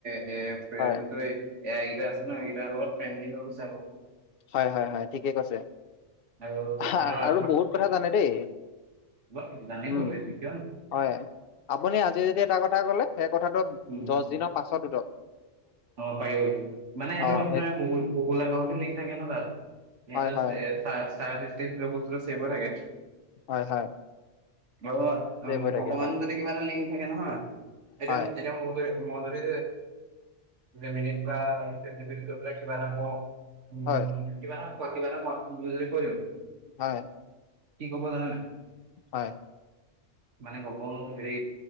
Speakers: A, on the right (about 80°); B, on the left (about 60°).
A: যোনটো
B: হয়।
A: এই। এ, আই, কিতা আছে ন, এইকিতাৰ লগত পেনদিং হৈ গৈছে বিৰু।
B: হয়, হয়, হয়, ঠিকে কৈছে।
A: আৰু
B: আহ,
A: সিহঁতৰ
B: আৰু বহুত কথা জানে দেই।
A: ব, জানিব
B: উম
A: ৰে, <inaudible>
B: হয়। আপুনি আজি যদি এটা কথা ক'লে, সেই কথাটো
A: উম
B: দহ দিনৰ পাছতো সোদক।
A: অ, পাৰে গৈ এইটো
B: অ
A: আপোনাৰ
B: সেই
A: গুগ, গুগল, একাউট হে লিংক থাকে ন তাত। <unintelligible>
B: হয় হয়
A: চেভ হৈ থাকে।
B: হয়, হয়।
A: অ,
B: ছেভ হৈ থাকে
A: অকমান
B: হয়।
A: যদি কিবা এটা লিংক থাকে নহয়, তেতিয়া,
B: হয়
A: তেতিয়া মই, যদি যামিনিত বা চাট জিপিটিত গৈ পেলায় কিবা এটা কও? <unintelligible>
B: হয় হয়
A: কি ক'ব জানে নে নাই,
B: হয়
A: মানে ক'ব হেৰি